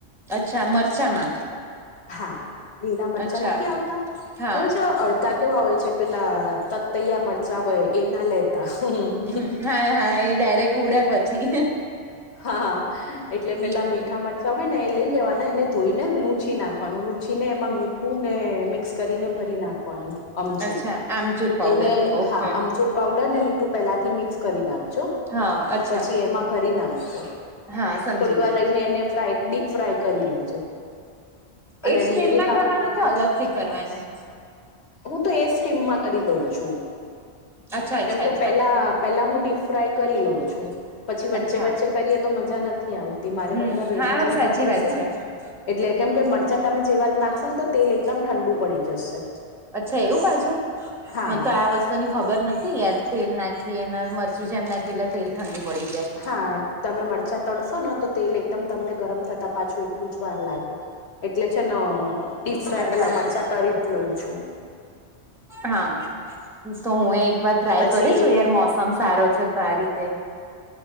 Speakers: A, in the centre; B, on the left (about 75°).
A: અચ્છા મરચામાં
B: હા લીલા મરચાં
A: અચ્છા
B: નથી આવતા
A: હા
B: ખબર છે અડધા કેવા હોય છે, પેલા તતૈયા મરચાં હોય એના લેવું. ત <unintelligible>
A: હમ, હા, હા. એ ડાયરેક્ટ ઉડે પછી.
B: હા એટલે,
A: હમ
B: પેલા મીઠા મરચા હોય ને, એ લઈ લેવાનું. એને ધોઈને લુછી નાખવાનું. લુછી ને એમાં મીઠું ને મિક્સ કરીને ભરી નાખવાનું. અમચુર
A: અચ્છા આમચૂર પાવડર
B: એને,
A: ઓકે
B: હા, અમચુર પાવડર ને મીઠું પહેલાથી મિક્સ કરી નાખજો.
A: હા અચ્છા
B: પછી એમાં ભરી નાખજો.
A: હા સમજી
B: થોડી વાર
A: ગઈ
B: રહીને એને ફ્રાય. ડીપ ફ્રાય કરી લેજો. અને
A: એક સ્ટેનમાં
B: ડુંગળી કાપ
A: કરવાનું કે, અલગથી કરવાનું.
B: હું તો એ સ્ટીમમાં કરી દઉં છું,
A: અચ્છા અચ્છા
B: કેમકે
A: અચ્છા
B: પેલા પેલા હું ડીપ ફ્રાય કરી લઉં છું. પછી વચ્ચે
A: અચ્છા
B: વચ્ચે કરીએ, તો મજા નથી આવતી. મારે
A: હમ
B: બધા ભેગા
A: હા
B: જમવા બેસે.
A: <unintelligible>
B: એટલે, કેમ કે મરચાં તમે જે વાત નાખશો ને, તો તેલ એકદમ ઠંડુ. પડી જશે
A: અચ્છા, એવું. પાછું
B: હા
A: મને તો આ વસ્તુ. ની ખબર નથી, યાર. તેલ નાખીએ, અને મરચું જેમ નાખીએ, એટલે તેલ ઠંડુ પડી જાય.
B: હા, તમે મરચાં તડશો ને તો તેલ એકદમ તમને ગરમ થતાં, પાછું એટલું જ વાર લાગે, એટલે છે ને. ડીપ
A: જાય
B: ફ્રાય
A: અચ્છા
B: પહેલા,
A: અચ્છા
B: મરચા કરી જ લેવો.
A: હા, તો હું એ એક વાર ટ્રાય
B: પછી
A: કરી છું, યાર. મોસમ સારો છે તો. તો આ રીતે